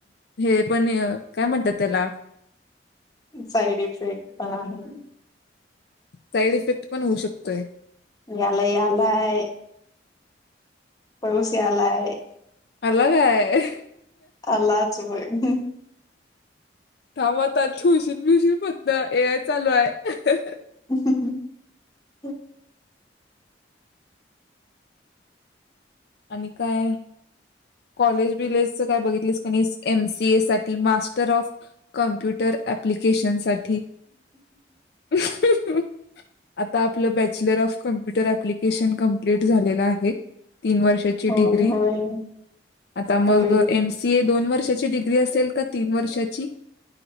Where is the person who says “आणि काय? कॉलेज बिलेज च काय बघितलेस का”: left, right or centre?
Left